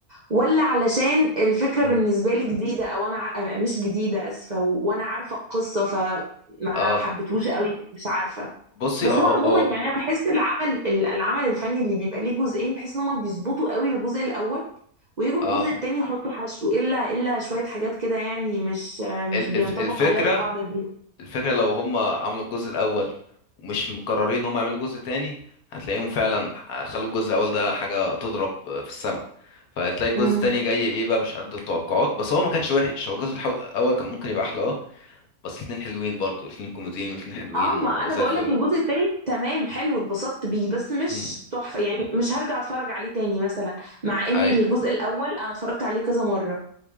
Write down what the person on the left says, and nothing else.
مم.
اه
بصي
اه
اه
اه
آه.
الف-
الفكرة
الفكرة لو هم عملوا الجزء الأول ومش مقررين هم يعملوا جزء تاني هتلاقيهم فعلا خلوا الجزء الأول ده حاجة تضرب في السماء فهتلاقي الجزء
التاني جاي ايه بقى مش قد التوقعات بس هو ما كانش وحش هو الجزء الحو- الأول كان ممكن يبقى أحلى اه بس الاتنين حلوين برضو الاتنين كوميديين والاتنين حلوين
وزي
الفل
مم.
أيوة